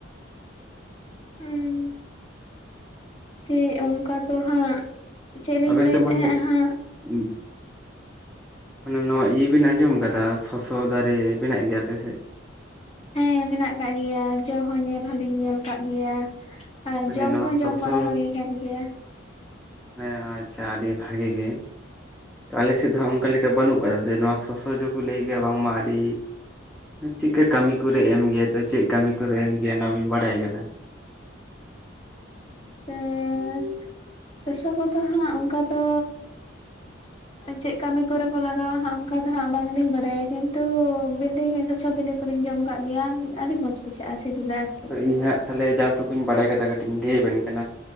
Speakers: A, on the left (about 30°); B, in the centre.
A: ᱩᱩᱸ ᱪᱮ ᱚᱱᱠᱟ ᱫᱚ ᱦᱟᱸᱜ ᱪᱮᱫ ᱞᱤᱧ
B: ᱟᱵᱮᱥ
A: ᱞᱟᱹᱭᱮᱫ
B: ᱢᱟᱱᱮ
A: ᱛᱟᱦᱮᱸᱫ ᱦᱟᱸᱜ
B: <unintelligible> ᱢᱟᱱᱮ ᱱᱚᱣᱟ ᱤᱭᱟᱹ ᱵᱤᱱ ᱟᱸᱡᱚᱢ ᱠᱟᱫᱟ ᱥᱚᱥᱚ ᱫᱟᱨᱮ ᱢᱮᱱᱟᱜ ᱜᱮᱭᱟ ᱟᱯᱮ ᱥᱮᱫ
A: ᱦᱮᱸ ᱢᱮᱱᱟᱜ ᱟᱠᱟᱫ ᱜᱮᱭᱟ ᱡᱚ ᱦᱚᱸ ᱧᱮᱞ ᱦᱚ ᱞᱤᱧ ᱧᱮᱞ ᱠᱟᱜ ᱜᱮᱭᱟ ᱟᱨ
B: ᱢᱟᱱᱮ
A: ᱡᱚᱢ
B: ᱱᱚᱣᱟ
A: ᱦᱚᱸ ᱡᱚᱢ
B: ᱥᱚᱥᱚ
A: ᱵᱟᱲᱟ ᱦᱩᱭ ᱠᱟᱱ ᱜᱮᱭᱟ
B: ᱦᱮᱸ ᱟᱪᱪᱷᱟ ᱟᱹᱰᱤ ᱵᱷᱟᱜᱮ ᱜᱮ ᱛᱚ ᱟᱞᱮ ᱥᱮᱫ ᱫᱚ ᱚᱱᱠᱟ ᱞᱮᱠᱟ ᱵᱟᱹᱱᱩᱜ ᱠᱟᱫᱟ ᱫᱮ ᱱᱚᱣᱟ ᱥᱚᱥᱚ ᱡᱚ ᱠᱚ ᱞᱟᱹᱭ ᱜᱮᱭᱟ ᱵᱟᱝᱢᱟ ᱟᱹᱰᱤ ᱪᱮᱫᱠᱟ ᱠᱟᱹᱢᱤ ᱠᱚᱨᱮ
A: ᱦᱮᱸ
B: ᱮᱢ ᱜᱮᱭᱟ ᱛᱚ ᱪᱮᱫ ᱠᱟᱹᱢᱤ ᱠᱚᱨᱮ ᱮᱢ ᱜᱮᱭᱟᱭ ᱚᱱᱟ ᱵᱤᱱ ᱵᱟᱰᱟᱭ ᱟᱠᱟᱫᱟ
A: ᱦᱮᱸ ᱥᱚᱥᱚ ᱠᱚᱫᱚ ᱦᱟᱸᱜ ᱚᱱᱠᱟ ᱫᱚ
B: <unintelligible>
A: ᱪᱮᱫ ᱠᱟᱹᱢᱤ ᱠᱚᱨᱮ ᱠᱚ ᱞᱟᱜᱟᱣ-ᱟ ᱦᱟᱸᱜ ᱚᱱᱠᱟ ᱫᱚ ᱦᱟᱸᱜ ᱵᱟᱝᱞᱤᱧ ᱵᱟᱰᱟᱭ-ᱟ ᱠᱤᱱᱛᱩ ᱵᱤᱞᱤ <unintelligible> ᱥᱚᱥᱚ ᱵᱤᱞᱤ ᱠᱚᱞᱤᱧ ᱡᱚᱢ ᱠᱟᱜ ᱜᱮᱭᱟ ᱟᱹᱰᱤ ᱢᱚᱡᱽ ᱵᱩᱡᱷᱟᱹᱜᱼᱟ ᱥᱤᱵᱤᱞ ᱟᱨ
B: ᱛᱚ ᱤᱧ ᱦᱟᱸᱜ ᱛᱟᱦᱚᱞᱮ ᱡᱟ ᱛᱩᱠᱩᱧ ᱵᱟᱰᱟᱭ ᱠᱟᱫᱟ ᱠᱟᱹᱴᱤᱡ ᱤᱧ ᱞᱟᱹᱭ ᱟᱵᱮᱱ ᱠᱟᱱᱟ